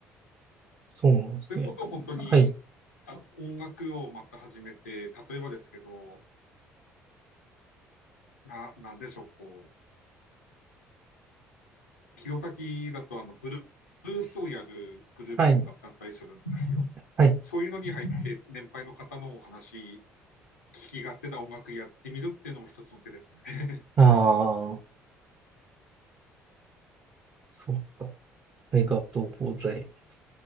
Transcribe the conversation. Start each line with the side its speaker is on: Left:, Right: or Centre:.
Right: そうなんですね。
Left: それこそ本当に
Right: はい。
Left: あ音楽をまた始めて、例えばですけど、な、なんでしょう、こう、弘前だとあのブルースをやるグループとかだったりするんですよ。
Right: はい。はい。
Left: そういうのに入って、年配の方のお話、聞き勝手な音楽やってみるっていうのも一つの手ですね。
Right: ああ、そっか。ありがとうございます。